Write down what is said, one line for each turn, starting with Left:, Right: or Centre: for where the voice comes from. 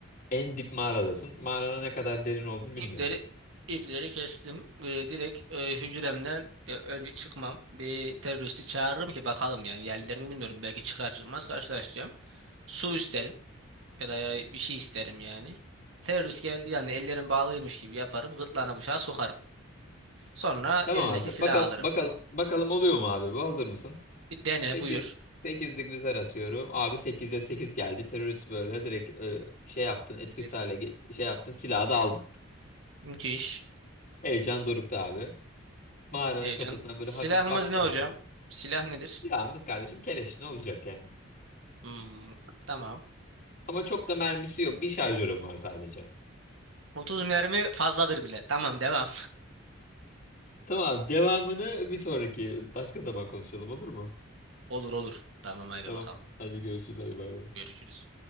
Left: En dip mağaradasın. Mağaranın ne kadar derin olduğunu bilmiyorsun.
Right: İpleri ipleri kestim. Ee, direkt e, hücremden e, önce çıkmam. Bir teröristi çağırırım ki bakalım yani yerlerini bilmiyorum. Belki çıkar çıkmaz karşılaşacağım. Su isterim ya da ya- bir şey isterim yani. Terörist geldi yani ellerim bağlıymış gibi yaparım. Gırtlağına bıçağı sokarım. Sonra
Left: Tamam
Right: elindeki
Left: abi.
Right: silahı
Left: Bakalım
Right: alırım.
Left: bakalım bakalım oluyor mu abi bu? Hazır mısın?
Right: Bir dene
Left: 8
Right: buyur.
Left: 8'lik bir zar atıyorum. Abi 8'e 8 geldi. Terörist böyle direkt e, şey yaptın. Etkisiz
Right: Dedi,
Left: hale ge- şey yaptın. Silahı da aldın.
Right: Müthiş.
Left: Heyecan dorukta abi. Mağaranın
Right: Heyecan.
Left: kapısından
Right: Silahımız
Left: böyle hafif baktın
Right: ne hocam?
Left: abi.
Right: Silah nedir?
Left: Silahımız kardeşim keleş ne olacak yani?
Right: Hmm, tamam.
Left: Ama çok da mermisi yok. Bir şarjörüm var sadece.
Right: 30 mermi fazladır bile. Tamam devam.
Left: Tamam devamını bir sonraki başka zaman konuşalım olur mu?
Right: <laughs> Olur olur. Tamam haydi
Left: Tamam.
Right: bakalım.
Left: Hadi görüşürüz. Hadi bay bay.
Right: Görüşürüz.